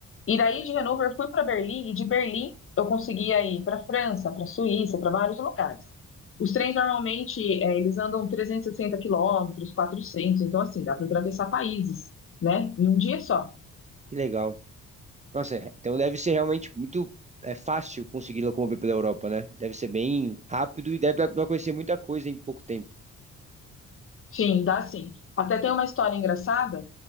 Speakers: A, on the left (about 40°); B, on the right (about 20°).
A: E daí de Hannover eu fui para Berlim e de Berlim eu conseguia ir para França, para Suíça, para vários lugares. Os trens normalmente eh, eles andam 360 quilômetros, 400, então assim, dá para atravessar países, né? Em um dia só.
B: Que legal. Nossa, então deve ser realmente muito é, fácil conseguir locomover pela Europa, né? Deve ser bem rápido e deve dar pra conhecer muita coisa em pouco tempo.
A: Sim, dá sim. Até tem uma história engraçada